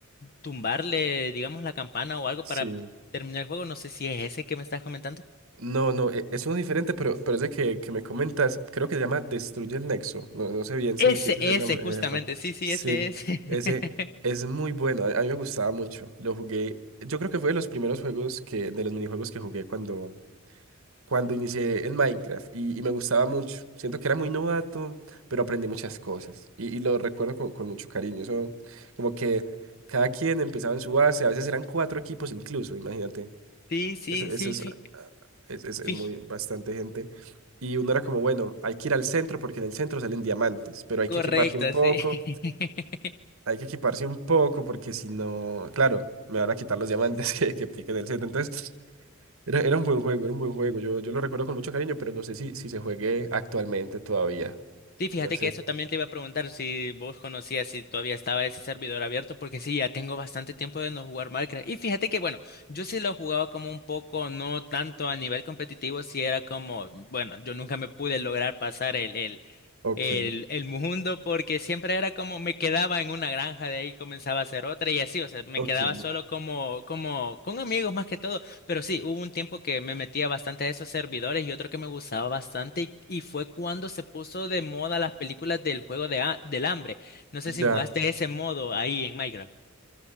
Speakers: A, on the left (about 45°); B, on the right (about 75°).
A: tumbarle, digamos, la campana o algo
B: sí.
A: para terminar el juego. No sé si es ese que me estás comentando.
B: No, no, e- es uno diferente, pero, pero ese que, que me comentas, creo que se llama Destruye el Nexo. No, no sé bien si,
A: Ese,
B: si ese es
A: ese,
B: el nombre,
A: justamente.
B: jefa.
A: Sí, sí,
B: Sí,
A: ese es. <laughs>
B: ese es muy bueno. A, a mí me gustaba mucho. Lo jugué. Yo creo que fue de los primeros juegos que, de los minijuegos que jugué cuando, cuando inicié en Minecraft. Y, y me gustaba mucho. Siento que era muy novato, pero aprendí muchas cosas. Y, y lo recuerdo con, con mucho cariño. Eso, como que cada quien empezaba en su base. A veces eran cuatro equipos incluso, imagínate.
A: Sí, sí,
B: Ese,
A: sí,
B: ese es,
A: fi-
B: ah, es, es- es
A: fi-
B: muy bastante gente. Y uno era como, bueno, hay que ir al centro porque en el centro salen diamantes, pero hay
A: correcto,
B: que equiparse un poco,
A: sí. <laughs>
B: hay que equiparse un poco porque si no, claro, me van a quitar los diamantes <laughs> que, que piquen el centro. Entonces, era, era un buen juego, era un buen juego. Yo, yo lo recuerdo con mucho cariño, pero no sé si, si se juegue actualmente todavía.
A: Sí, fíjate
B: No sé.
A: que eso también te iba a preguntar si vos conocías si todavía estaba ese servidor abierto, porque sí, ya tengo bastante tiempo de no jugar Minecraft. Y fíjate que, bueno, yo sí lo jugaba como un poco, no tanto a nivel competitivo, si era como, bueno, yo nunca me pude lograr pasar el, el,
B: Ok,
A: el, el mundo porque siempre era como me quedaba en una granja, de ahí comenzaba a hacer otra y así, o sea, me
B: ok.
A: quedaba solo como, como con amigos más que todo, pero sí, hubo un tiempo que me metía bastante a esos servidores y otro que me gustaba bastante y, y fue cuando se puso de moda las películas del juego de, ha- del hambre. No sé si
B: Ya.
A: jugaste ese modo ahí en Minecraft.